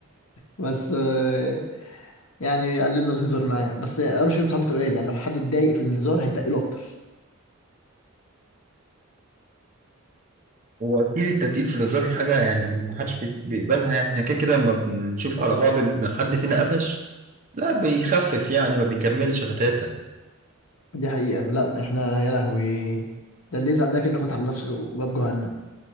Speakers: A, on the left; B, on the right.
A: بس آه، يعني قال لنا الهزار معايا بس انا مش صاحبي تقال يعني لو حد اتضايق في الهزار هيتقله اكتر
B: هو اكيد التتقيل في الهزار حاجه يعني ما حدش بي- بيقبلها يعني احنا كده كده لما بنشوف على بعض ان حد فينا قفش لا بيخفف يعني ما بيكملش غتاته
A: دي حقيقة لا احنا يا لهوي ده اللي يزعل ده كأنه فتح لنفسه باب جهنم